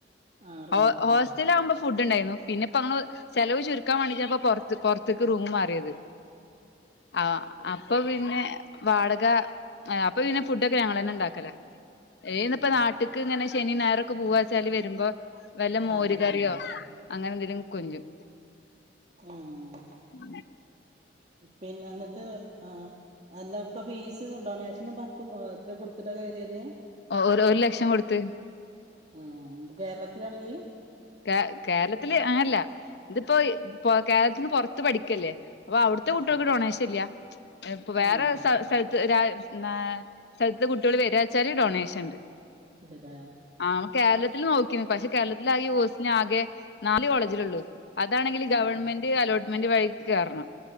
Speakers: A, on the right (about 40°); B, on the left (about 70°).
A: ആഹ് റൂമിൽ
B: ഹോ
A: തന്നെ
B: ഹോസ്റ്റലാമ്പ ഫുഡ് ഇണ്ടായിരുന്നു പിന്നെ ഇപ്പോ അമ്മള് ചെലവ് ചുരുക്കൻ വേണ്ടിട്ടാപ്പൊ പുറത്ത് പുറത്തക്ക് റൂം മാറിയത് ആഹ് അപ്പൊ പിന്നെ വാടക അപ്പൊ പിന്നെ ഫുഡൊക്കെ ഞങ്ങ തന്നെ ഇണ്ടാക്കലാ ഏഹ് ഇന്നിപ്പോ
A: ആഹ്
B: നാട്ടിക്ക് ഇങ്ങനെ ശനിം ഞായറൊക്കെ പൂവാച്ചാല് വരുമ്പോ വല്ല
A: സാധനങ്ങൾ
B: മോര് കറിയോ
A: കൊണ്ടോവല
B: അങ്ങനെ എന്തേലും കൊഞ്ചും
A: ഉം ആഹ്
B: അ
A: പിന്നെ എന്നിട്ട് ആഹ് അല്ല ഇപ്പൊ ഫീസ് ഡൊണേഷൻ പത്ത് കൊടുത്തിട്ടാ കേറിയത്
B: ഒരു ലക്ഷം കൊടുത്ത്
A: ആ കേരളത്തിലാണെങ്കില്
B: കേ കേരളത്തില് അങ്ങല്ല ഇതിപ്പോ കേരളത്തിന്ന് പുറത്ത് പഠിക്കല്ലേ അപ്പൊ അവിടുത്തെ
A: ആഹ്
B: കുട്ടികൾക്ക് ഡൊണേഷൻ ഇല്ല ഇപ്പൊ വേറെ
A: ആഹ്
B: സ്ഥലത്ത് രാ എന്നാ സ്ഥലത്ത് കുട്ടികൾ വരികാച്ചാല് ഡൊണേഷൻ ഇണ്ട്
A: അതേല്ലേ
B: ആ അമ്മ കേരളത്തില് നോക്കി പക്ഷെ കേരളത്തിലെ ആ ഈ കോഴ്സ് ആകെ നാല് കോളേജിലേ ഉള്ളു അതാണെങ്കി
A: ആഹ്
B: ഗവൺമെന്റ് അലോട്ട്മെന്റ് വഴി കേറണം